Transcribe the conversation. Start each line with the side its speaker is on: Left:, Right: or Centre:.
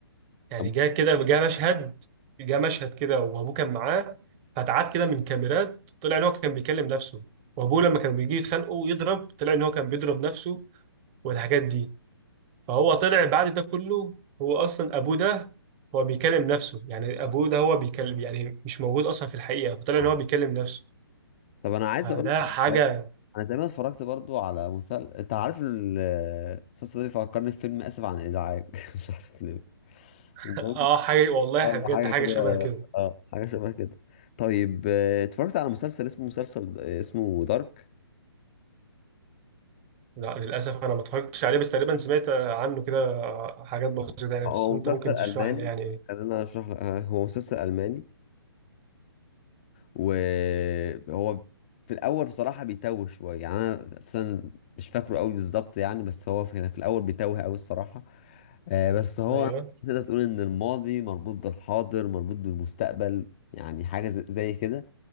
Right: يعني
Left: طب
Right: جه كده جه مشهد جه مشهد كده وابوه كان معاه فتعاد كده من كاميرات طلع ان هو كان بيكلم نفسه وابوه لما كان بيجي يتخانقوا ويضرب طلع ان هو كان بيضرب نفسه والحاجات دي فهو طلع بعد ده كله هو اصلا ابوه ده هو بيكلم نفسه يعني ابوه ده هو بيكلم يعني مش موجود اصلا في الحقيقه فطلع
Left: اه
Right: ان هو بيكلم نفسه
Left: طب انا عايز
Right: فده
Left: اقول لك
Right: حاجه
Left: انا تقريبا اتفرجت برضو على مسلسل انت عارف ال- المسلسل ده بيفكرني في فيلم اسف عن الازعاج <laughs> مش عارف ليه
Right: <laughs>
Left: المهم
Right: اه حاجه والله
Left: اه
Right: بجد
Left: حاجه
Right: حاجه
Left: كده
Right: شبه كده
Left: اه حاجه شبه كده طيب آه، اتفرجت على مسلسل اسمه مسلسل آه، اسمه دارك
Right: لا للاسف انا ما اتفرجتش عليه بس تقريبا سمعت عنه كده حاجات بسيطه يعني
Left: آه،
Right: بس
Left: هو
Right: انت
Left: مسلسل
Right: ممكن
Left: الماني
Right: تشرح لي يعني ايه
Left: خلينا اشرح لك آه، هو مسلسل الماني وهو في الاول بصراحه بيتوه شويه يعني انا اصلا مش فاكره قوي بالظبط يعني بس هو كان في الاول بيتوه قوي الصراحه آه، بس هو
Right: ايوه
Left: تقدر تقول ان الماضي مربوط بالحاضر مربوط بالمستقبل يعني حاجه ز- زي كده